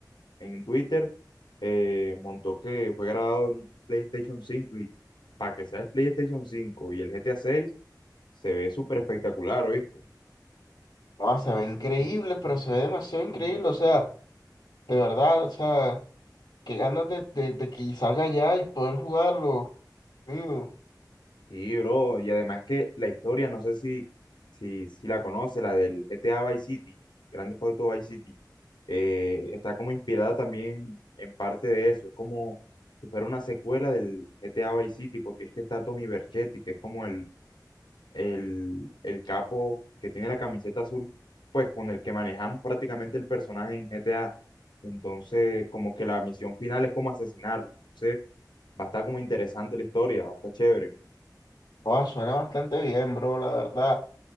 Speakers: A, on the left (about 85°); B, on the left (about 70°).
A: en Twitter eh, montó que fue grabado en un PlayStation cinco y para que sea el PlayStation cinco y el GTA seis se ve súper espectacular, ¿oíste?
B: No, se ve increíble, pero se ve demasiado increíble.
A: Mm.
B: O sea, de verdad, o sea, qué ganas de, de, de que salga ya y poder jugarlo. Mío.
A: Sí, bro, y además que la historia, no sé si, si, si la conoce, la del GTA Vice City, Grande Foto Vice City, eh, está como inspirada también en parte de eso, es como si fuera una secuela del GTA Vice City, porque es que está Tommy Vercetti, que es como el el, el capo que tiene la camiseta azul, pues con el que manejamos prácticamente el personaje en GTA. Entonces, como que la misión final es como asesinarlo. Entonces, va a estar como interesante la historia, va a estar chévere.
B: No, suena bastante bien, bro, la verdad.